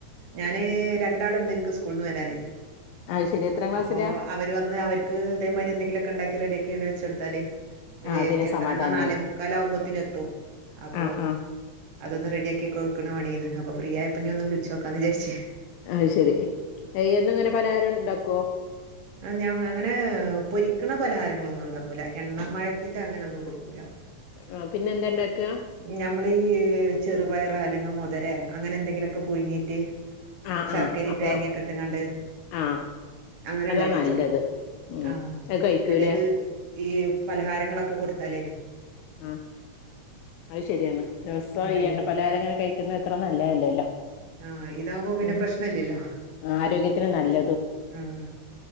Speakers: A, on the right; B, on the left.
A: ഞാന് രണ്ടാളുണ്ട് എനിക്ക് സ്കൂൾന്ന് വരാന്
B: അത് ശരി എത്രാം ക്ലാസ്സിലാ
A: അപ്പൊ അവര് വന്ന് അവർക്ക് ഇതേമാരി എന്തെങ്കിലുമൊക്കെ ഉണ്ടാക്കി റെഡി ആക്കി അങ്ങ് വെച്ച് കൊടുത്താല് ഒല്
B: ആഹ് പിന്നെ
A: എത്തണങ്ങ
B: സമാധാനാണ്
A: നാലേ മുക്കാലാകുമ്പോത്തിനെത്തും അപ്പൊ
B: ആഹ് ആഹ്
A: അതൊന്ന് റെഡിയാക്കി കൊടുക്കണ പണിയാണ് അപ്പ ഫ്രീയായപ്പ ഞാനൊന്ന് വിളിച്ചോക്കാന്ന് വിചാരിച്ച്
B: അത് ശെരി എന്നും ഇങ്ങനെ പലഹാരം ഉണ്ടാക്കോ
A: ആഹ് ഞാൻ അങ്ങനെ പൊരിക്ക്‌ണ പലഹാരങ്ങളൊന്നും ഉണ്ടാക്കൂല എണ്ണ മയത്തിന്റെ അങ്ങനെ ഒന്നും കൊടുക്കൂല
B: ആഹ് പിന്നെ എന്താ ഉണ്ടാക്ക
A: ഞമ്മളീ ചെറുപയറോ അല്ലെങ്കിൽ മുതരേ അങ്ങനെ എന്തെങ്കിലുമൊക്കെ പുഴുങ്ങീട്ട്
B: ആ
A: ശർക്കരേം
B: ആ അപ്പൊ
A: തേങ്ങൊക്കെ ഇട്ടുങ്ങാണ്ട്
B: ആ
A: അങ്ങനെ
B: അതാ
A: ഇണ്ടാക്കി
B: നല്ലത്
A: വെച്ച് കൊടുക്കും
B: ഉം
A: ആഹ്
B: അത് കഴിക്കൂലേ
A: മറ്റേത് ഈ പലഹാരങ്ങളൊക്കെ കൊടുത്താല്
B: ആഹ് അത് ശരിയാണ് ദിവസോം
A: ആഹ്
B: ഈ എണ്ണപലഹാരം ഇങ്ങനെ കഴിക്കുന്നത് ഇത്ര നല്ലതല്ലല്ലോ
A: ആഹ് ഇതാവുമ്പോ പിന്നെ
B: ഉം
A: പ്രശ്നല്യല്ലോ
B: ആരോഗ്യത്തിന് നല്ല
A: ഉം